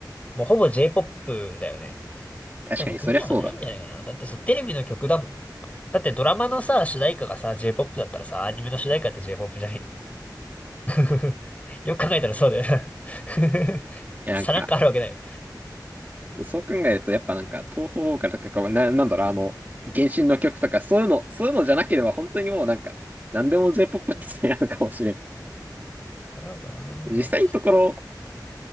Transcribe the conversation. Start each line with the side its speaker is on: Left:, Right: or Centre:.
Left: もうほぼ J-POP だよね。
Right: 確かにそりゃそうだ。
Left: でも国なんかないんじゃないかな。だってそうテレビの曲だもん。だってドラマのさ、主題歌がさ、J-POP だったらさ、アニメの主題歌って J-POP じゃない <laughs> よく考えたらそうだよな <laughs>
Right: いや、
Left: さなんかあるわけない。
Right: なんか、そう考えると、やっぱなんか、東方からなんか、な、なんだろう、あの、原神の曲とか、そういうの、そういうのじゃなければ、本当にもうなんか、なんでも J-POP って言ってやるかもしれん。
Left: あるのかな
Right: 実際のところ、